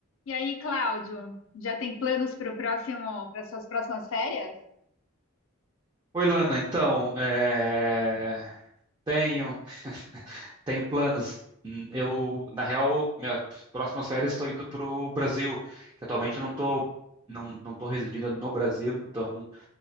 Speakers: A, on the left; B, on the right.
A: E aí, Cláudio, já tem planos para o próximo, para suas próximas férias?
B: Oi, Lana. Então, é, tenho tenho planos. Hum, Eu, na real, minhas próximas férias estou indo para o Brasil, que atualmente não estou não, não tô residindo no Brasil, então